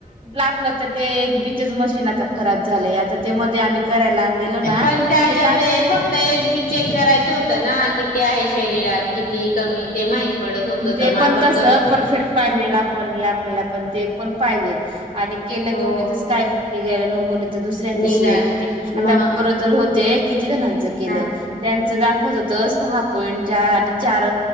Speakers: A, on the right (about 35°); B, on the left (about 85°).
A: ला आपलं तर ते बीच मशीन खराब झालेय आता त्यामध्ये आम्ही करायला आणलेलं ना
B: पण त्याच्या
A: काय
B: ते फक्त एस बी चेक करायचं होतं ना कि आहे शरीरात किती कमी ते माहित पडत होत
A: ते
B: तर मग
A: पण
B: आपण
A: कस
B: कर
A: परफेक्ट पाहिजेल आपण आपल्याला पण ते पण पाहिजे आणि केलं
B: हो
A: तेोगीचच काय म्हण घायला नको नाही तर दुसऱ्यांच्या
B: निघा
A: शिवाय आता
B: मग
A: गरोजर होते किती केलं
B: ह
A: त्यांच दाखवत होत सहा पॉं चार आणि चार